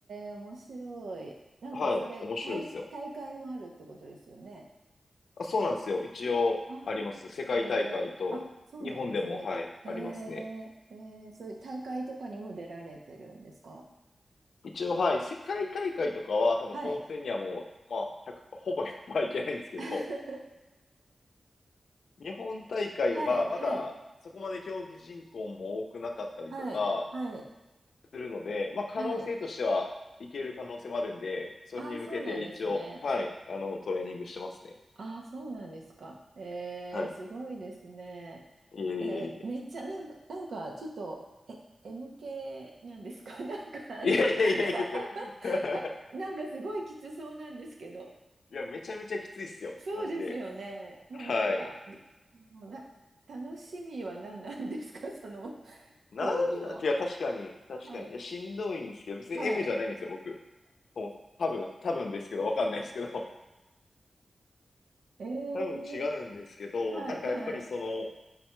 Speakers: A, on the right (about 85°); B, on the left (about 80°).
A: え、面白い。なんかそれ、
B: はい、面白いですよ。
A: 大、大会もあるってことですよね。
B: あ、そうなんですよ。一応あります。
A: あ
B: 世界大会と、
A: あ、ええ、あ、そうなんですね。
B: 日本でも、はい、
A: ええ、
B: ありますね。
A: ええ、そういう大会とかにも出られてるんですか
B: 一応、はい、世界大会とかは多分本戦にはもう、
A: はい。
B: まあ、1ほぼ行いけないんですけど、
A: <laughs>
B: 日本大会はまだそこまで競技人口も多くなかったりとか
A: はい、はい、はい、はい、
B: するので、まあ、可能性としてはいける可能性もあるんで、
A: はい。
B: それに向けて一応、
A: ああ、そうなんですね。
B: はい、あの、トレーニングしてますね。
A: ああ、そうなんですか。ええ、
B: はい。
A: すごいですね。
B: いえいえいえ。
A: えーめっちゃなんか、なんかちょっと、え、m 系なんですか <laughs> なんかあの、
B: いえいえいえい
A: <laughs>
B: え。
A: か、かなんかすごいきつそうなんですけど。
B: <laughs> いや、めちゃめちゃきついっすよ。
A: そうですよね。
B: マジで。
A: なんか、
B: はい。
A: もうな、楽しみは何なんですか <laughs> その、
B: なんなん、
A: 競技の。
B: いや、確かに、確かに。
A: はい。
B: いや、しんどいんですけど、別に
A: はい。
B: M じゃないんですよ、僕。そもそも多分、多分ですけど、わかんないですけど。<laughs>
A: えー、
B: 多分違うんですけど、
A: はい、
B: なんかやっぱりその、
A: はい、